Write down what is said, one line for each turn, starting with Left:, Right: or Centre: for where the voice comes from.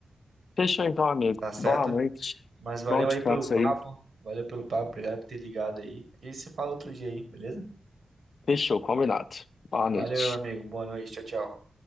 Left: fechou então, amigo.
Right: Tá certo?
Left: Boa noite.
Right: Mas valeu
Left: Bom descanso
Right: aí pelo papo,
Left: aí.
Right: valeu pelo papo, obrigado por ter ligado aí. A gente se fala outro dia aí, beleza?
Left: Fechou, combinado. Boa
Right: Valeu,
Left: noite.
Right: meu amigo, boa noite, tchau, tchau.